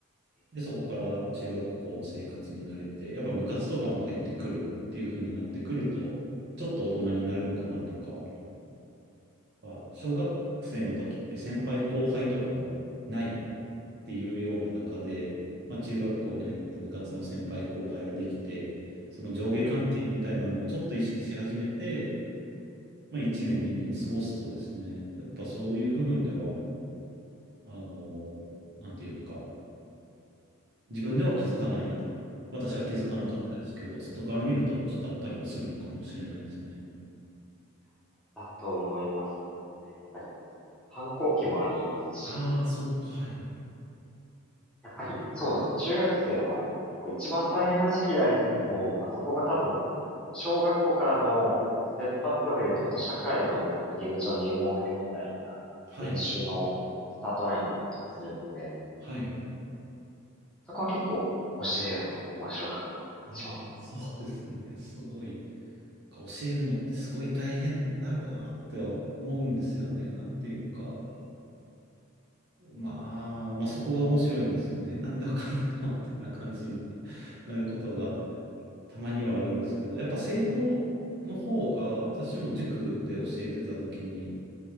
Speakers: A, in the centre; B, on the right (about 50°).
A: え、
B: で、そこから中学校の生活に慣れて、やっぱ部活とかも入ってくるっていう風になってくると、
A: え
B: ちょっと大人になるのかなとか、あ小学生の時って先輩後輩とかもないっていうような中で、まあ、中学校に入って部活の先輩後輩ができて、その上下関係みたいなのをちょっと意識し始めて、
A: うん、
B: まあ、1年、2年過ごすとですね、やっぱそういう部分では、あの、なんていうか、自分では気づかない。私は気づかなかったですけど、
A: うん、うん
B: 外から見るとちょっとあったりはするのかもしれないですね。
A: だと思いますね。やっぱり、反抗期もありますし、
B: ああ、そうか、はい。
A: やっぱり、そうですね。中学生は、結構一番大変な時期でありつつも、まあ、そこが多分、小学校からのステップアップで言うと、本当社会の入り口の入門編みたいな、
B: はい。
A: 練習のスタートラインな感じがするので、
B: はい。
A: そこは結構教えるのは面白かったりします
B: まあ、そうですね。すごい。教えるのってすごい大変だろうなっては思うんですよね。なんていうか。
A: ね。
B: まあ、まあそこが面白いんですよね。なんでわかんないのみたいな感じに <laughs> なることがたまにはあるんですけど、やっぱ生徒の方が私も塾で教えてた時に、